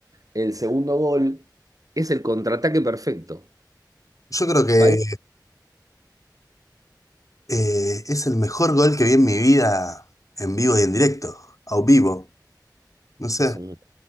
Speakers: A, on the right (about 50°); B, on the left (about 45°).
A: el segundo gol es el contraataque perfecto.
B: Yo creo que
A: Parece-
B: eh, es el mejor gol que vi en mi vida en vivo y en directo, a vivo. No sé,
A: Es un,